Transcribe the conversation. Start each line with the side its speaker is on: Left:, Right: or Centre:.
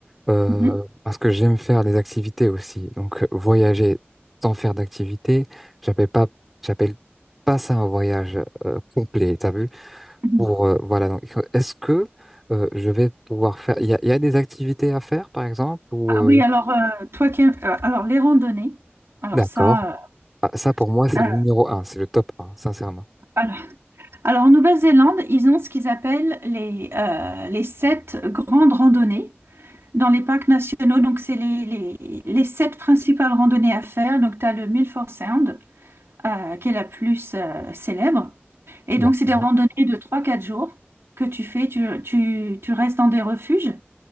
Centre: euh,
Right: Mhm,
Centre: parce que j'aime faire des activités aussi. Donc, euh, voyager sans faire d'activité, j'appelle pas, j'appelle pas ça un voyage euh, complet, t'as vu?
Right: mhm.
Centre: Pour, euh, voilà, donc, est-ce que euh, je vais pouvoir faire... Il y a, il y a des activités à faire, par exemple, ou...
Right: Ah
Centre: euh,
Right: oui, alors euh, toi qui aimes- euh, alors les randonnées, alors
Centre: D'accord.
Right: ça
Centre: Ah, ça, pour moi, c'est
Right: euh,
Centre: le
Right: euh,
Centre: numéro un, c'est le top un, sincèrement.
Right: alors, alors, en Nouvelle-Zélande, ils ont ce qu'ils appellent les, euh, les sept grandes randonnées. Dans les parcs nationaux, donc c'est les, les- les sept principales randonnées à faire. Donc tu as le Milford Sound, euh, qui est la plus euh, célèbre. Et
Centre: D'accord.
Right: donc c'est des randonnées de trois quatre jours que tu fais. Tu, tu- tu restes dans des refuges